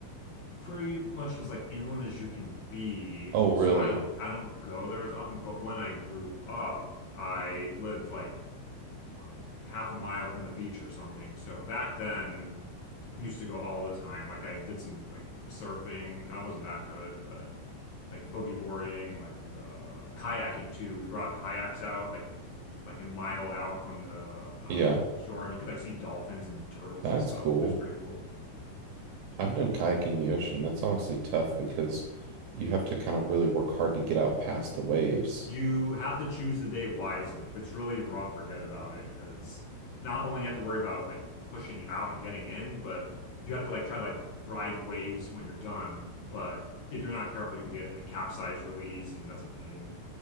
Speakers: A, on the left (about 55°); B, on the right (about 70°).
A: pretty much as like inland as you can be.
B: Oh,
A: So
B: really?
A: I don't I don't go there as often, but when I grew up, I lived like well, like half a mile from the beach or something. So back then, I used to go all the time. Like I did some like surfing. I wasn't that good, but like boogie boarding, like uh, kayaking too. We brought kayaks out like like a mile out from the uh,
B: Yeah,
A: shore, and you could like see dolphins and turtles
B: that's
A: and stuff.
B: cool.
A: It was pretty cool.
B: I've done kayaking in the ocean. That's honestly tough because you have to kind of really work hard to get out past the waves.
A: You have to choose the day wisely. If it's really rough, forget about it because not only you have to worry about like pushing out and getting in, but you have to like try to like ride waves when you're done. But if you're not careful, you can get like capsized really easy, and that's a pain.